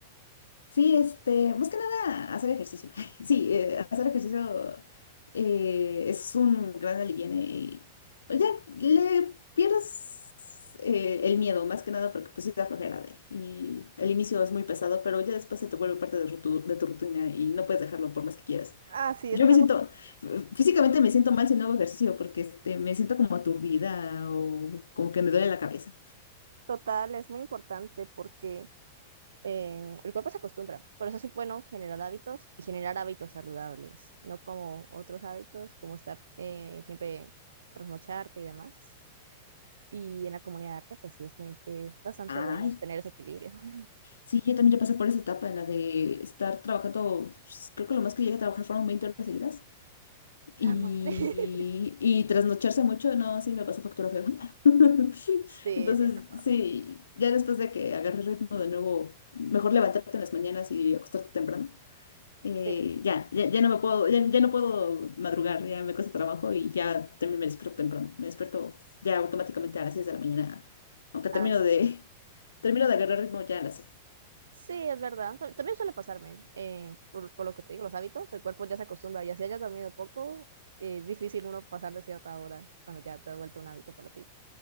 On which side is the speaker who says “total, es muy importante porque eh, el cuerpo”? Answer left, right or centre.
Right